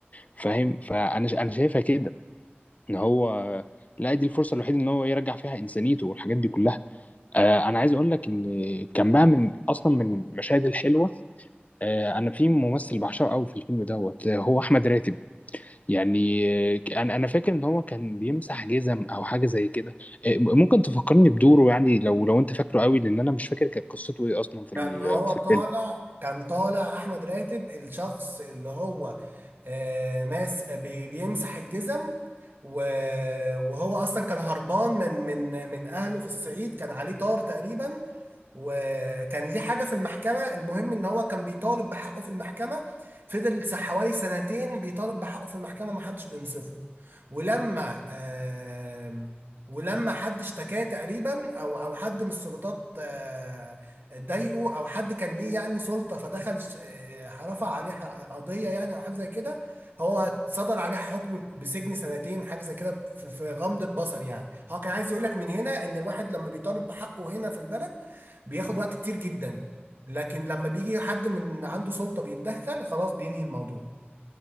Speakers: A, on the left; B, on the right.
A: فاهم فانا ش- انا شايفها كده ان هو لا دي الفرصه الوحيده ان هو يرجع فيها انسانيته والحاجات دي كلها آه، انا عايز اقول لك ان كان بقى من اصلا من المشاهد الحلوه آه، انا في ممثل بعشقه قوي في الفيلم دوت آه، هو احمد راتب يعني آه، انا انا فاكر ان هو كان بيمسح جزم او حاجه زي كده آه، ممكن تفكرني بدوره يعني لو لو انت فاكره قوي لان انا مش فاكر كانت قصته ايه اصلا في
B: كان
A: ال-
B: هو
A: في
B: طالع
A: الفيلم
B: كان طالع احمد راتب الشخص اللي هو آه، ماس آه، بي- بيمسح الجزم و- وهو اصلا كان هربان من من من اهله في الصعيد كان عليه طار تقريبا وكان ليه حاجة في المحكمة المهم ان هو كان بيطالب بحقه في المحكمة فضل س- حوالي سنتين بيطالب بحقه في المحكمة محدش بينصفه ولما آم، ولما حد اشتكاه تقريبا او او حد من السلطات آه، ضايقه او حد كان ليه يعني سلطة فدخل اش- آه، رفع عليه ح- قضية يعني او حاجة زي كده هو صدر عليه حكم بسجن سنتين حاجه زي كده في في غمضه بصر يعني هو كان عايز يقول لك من هنا ان الواحد لما بيطالب بحقه هنا في البلد بياخد وقت كتير جدا لكن لما بيجي حد من عنده سلطة بيتدخل خلاص بينهي الموضوع